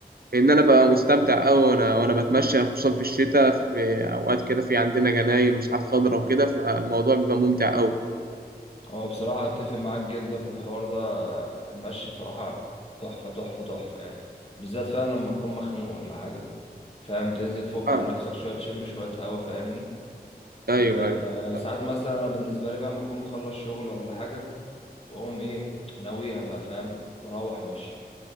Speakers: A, on the right (about 65°); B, on the left (about 35°).
A: لأن أنا ببقى مستمتع أوي وأنا وأنا بتمشى خصوصا في الشتاء في أوقات كده في عندنا جناين وساعات خضرا وكده فالموضوع بيبقى ممتع أوي
B: هو بصراحة اتفق معاك جدا في الحوار ده المشي بصراحة تحفة تحفة تحفة يعني بالذات فاهم لما تكون مخنوق ولا حاجة فاهم تنزل تفك
A: آه
B: عن نفسك شوية تشم شوية هوا فاهمني
A: أيوه
B: آه
A: أيوه
B: آه ساعات
A: صح
B: مثلا انا بالنسبة لي فاهم اكون مخلص شغل ولا حاجة واقوم ايه ناويها بقى فاهم مروح مشي